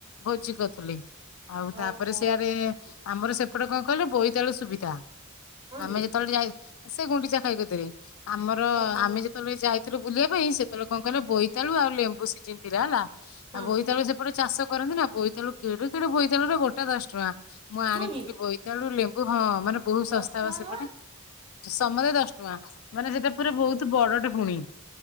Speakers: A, on the left; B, on the right.
A: ଭୋଜି କରୁଥିଲେ। ଆଉ ତାପରେ
B: ଓହୋ
A: ସେଆଡେ ଆମର ସେ ଏପଟେ କଣ କହିଲେ ବୋଇତାଳୁ ସୁଭି <unintelligible>
B: ହଁ
A: ଆମେ
B: କି
A: ଯେତେବେଳେ ଯାଇ ସେ ଗୁଣ୍ଡିଚା ଖାଇକତିରେ ଆମର
B: ଓହୋ
A: ଆମେ ଯେତେବେଳେ ଯାଇ ଏଥର ବୁଲିବା ପାଇଁ ସେତେବେଳେ କଣ କଲେ ବୋଇତାଳୁ ଆଉ ଲେମ୍ବୁ ସିଜିନ ଥିଲା ହେଲା।
B: ହଁ
A: ଆଉ ବୋଇତାଳୁ ସେପଟେ ଚାଷ। କରନ୍ତି ନା ବୋଇତ୍ ତାଳୁ କେଡେ କେଡେ ବୋଇତାଳୁ ରେ ବଟ୍ ଗୋଟା ଦଶ ଟଙ୍କା। ମୁଁ ଆଣିଥିଲି
B: ହଁ କି
A: ବୋଇତାଳୁ ଲେମ୍ବ କୁ ହଁ। ମାନେ ବହୁତ
B: ଦଶ
A: ଶସ୍ତା
B: ଟଙ୍କା
A: ବା ସେପଟେ।
B: ଜମା
A: ସମତେ ଦଶ ଟଙ୍କା। ମାନେ ସେଇଟା ପୁରା
B: ଓହୋ
A: ବହୁତ ବଡଟେ ପୁଣି।